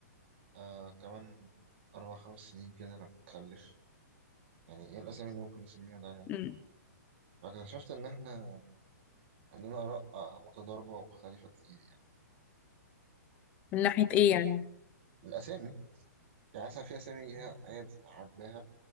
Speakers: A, on the right (about 40°); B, on the left (about 15°).
A: آه كمان أربع خمس سنين كده لما نخلف يعني ايه مم. الأسامي اللي ممكن نسميها ده يعني
B: مم.
A: فاكتشفت إن احنا عندنا آراء آه، متضاربة ومختلفة كتير يعني
B: من ناحية ايه يعني
A: فالأسامي يعني مثلا في أسامي هي هي بت- عاجباها